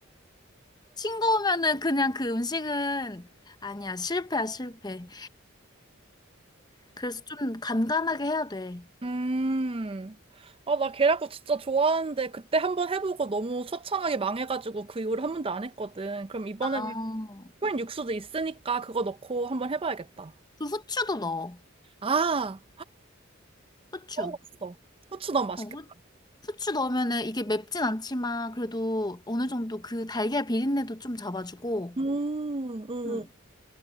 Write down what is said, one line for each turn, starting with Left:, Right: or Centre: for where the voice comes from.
Left: 싱거우면은 그냥 그 음식은 아니야. 실패야, 실패. 그래서 좀 간간하게 해야 돼.
Right: 음. 아, 나 계란국 진짜 좋아하는데 그때 한번 해보고 너무 처참하게 망해가지고 그 이후로 한 번도 안 했거든. 그럼 이번에는
Left: 아,
Right: 코인 육수도 있으니까 그거 넣고 한번 해봐야겠다.
Left: 그 후추도 넣어.
Right: 아,
Left: 후추.
Right: 먹었어. 후추 넣으면 맛있겠다.
Left: 어, 후추 넣으면은 이게 맵진 않지만 그래도 어느 정도 그 달걀 비린내도 좀 잡아주고,
Right: 음, 음. 음.
Left: 음,